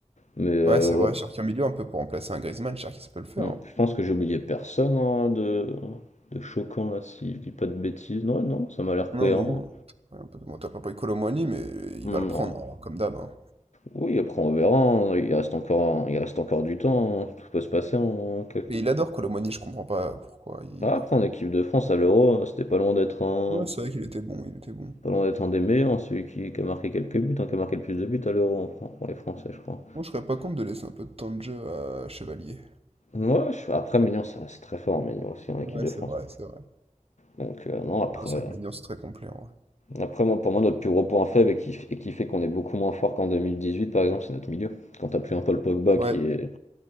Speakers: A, on the left; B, on the right.
A: mais euh,
B: Ouais, c'est
A: ouais.
B: vrai, Cherki en milieu, un peu pour remplacer un Griezmann, Cherki, ça peut le faire.
A: Mmh.
B: hein.
A: Je pense que j'ai oublié personne, hein, de de choquant là, si je dis pas de bêtises. Non, non, ça m'a l'air cohérent.
B: Non, non. Ouais, un peu- Bon, t'as pas pris Kolo Muani, mais
A: Hmm,
B: il va le prendre,
A: Non.
B: hein, comme d'hab. hein.
A: Oui, après on verra, hein. Il reste encore un- il reste encore du temps, hein. Tout peut se passer en quelques...
B: Et il adore Kolo Muani, je comprends pas pourquoi. Il...
A: Ah, après en équipe de France à l'Euro, c'était pas loin d'être un
B: Ouais, c'est vrai qu'il était bon, il était bon.
A: pas loin d'être un des meilleurs, hein, celui qui, qui a marqué quelques buts, hein, qui a marqué le plus de buts à l'Euro en Fran- pour les Français, je crois.
B: Moi, je serais pas contre de laisser un peu de temps de jeu à Chevalier.
A: Ouais, je- après Maignan, ça- c'est très fort, Maignan aussi en équipe
B: Ouais,
A: de
B: c'est
A: France.
B: vrai, c'est vrai.
A: Donc euh, non, après
B: Non, c'est vrai que Médian, c'est très complet, en vrai.
A: Après, moi, pour moi, notre plus gros point faible et qui, et qui fait qu'on est beaucoup moins fort qu'en 2018, par exemple, c'est notre milieu. Quand t'as plus un Paul Pogba
B: Ouais,
A: qui est.